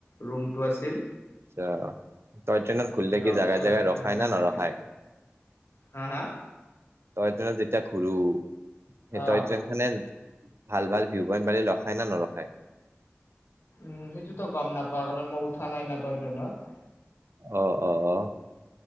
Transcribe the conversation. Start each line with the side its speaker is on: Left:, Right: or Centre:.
Left: ৰুমটো আছিল
Right: আচ্ছা তই ট্ৰেইনত ঘুলিলে
Left: পুৰা
Right: কি জাগাই
Left: ওচৰতে
Right: জেগাই ৰখাই
Left: মানে নামাই
Right: না নৰখাই
Left: থৈ দিয়ে। হা হা
Right: টয়ট্ৰেনত যেতিয়া ঘূৰো সেই
Left: অ',
Right: টয়ট্ৰেইন খনে ভাল ভাল ভিউ পইণ্ট পালি ৰখাই না নৰখায়
Left: উম সেইটোতো গম নাপা কাৰণ মই উঠা নাই ন তই ট্ৰেইনত
Right: অ অ অ